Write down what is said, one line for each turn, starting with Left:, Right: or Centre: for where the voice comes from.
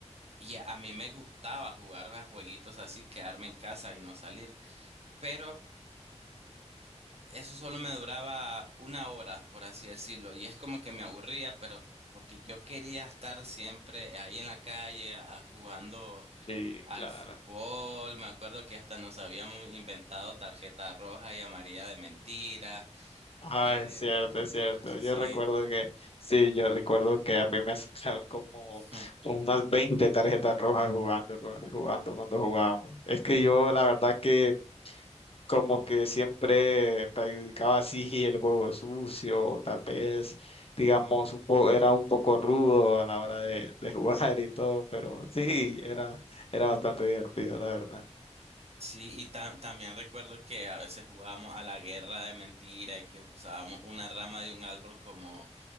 Right: y a a mí me gustaba jugar a jueguitos así, quedarme en casa y no salir. pero Eso solo me duraba una hora, por así decirlo, y es como que me aburría, pero porque yo quería estar siempre ahí en la calle a- jugando
Left: Sí,
Right: al
Left: claro.
Right: fútbol. Me acuerdo que hasta nos habíamos inventado tarjeta roja y amarilla de mentira.
Left: Ah,
Right: Eh,
Left: es cierto, es cierto. Yo
Right: sí.
Left: recuerdo que, sí, yo recuerdo que a mí me sacaron como
Right: <laughs>
Left: como unas 20 tarjetas rojas jugando, con- jugando cuando jugábamos. Es que yo la verdad que como que siempre practicaba así el juego sucio, tal vez, digamos, un poco, era un poco rudo a la hora de, de <laughs> jugar y todo, pero sí, era, era bastante divertido, la verdad.
Right: Sí, y ta- también recuerdo que a veces jugábamos a la guerra de mentira y que usábamos una rama de un árbol como